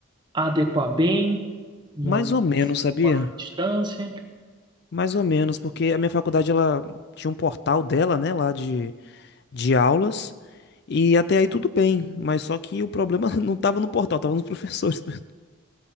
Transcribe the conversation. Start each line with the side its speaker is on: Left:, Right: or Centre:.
Right: adequar bem no
Left: Mais ou menos, sabia?
Right: à distância?
Left: Mais ou menos, porque a minha faculdade, ela tinha um portal dela, né, lá de, de aulas, e até aí tudo bem, mas só que o problema <laughs> não tava no portal, tava nos professores. <laughs>